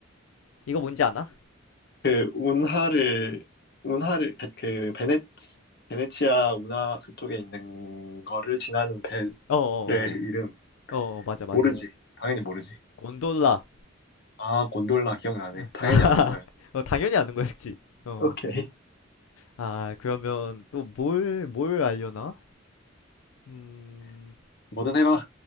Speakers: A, on the left; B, on the left.
A: 이거 뭔지 아나?
B: 그, 운하를, 운하를, 베- 그, 베네, 베네치아 운하 그쪽에 있는 거를 지나는 배의
A: 어어어 어,
B: 이름.
A: 어, 어, 어, 맞아 맞아
B: 모르지. 당연히 모르지.
A: 곤돌라
B: 아, 곤돌라 기억나네.
A: <laughs>
B: 당연히 아는 거야.
A: 어, 당연히 아는 거였지 어
B: 오케이.
A: 아 그러면 또 뭘 뭘 알려나? 음
B: 뭐든 해봐.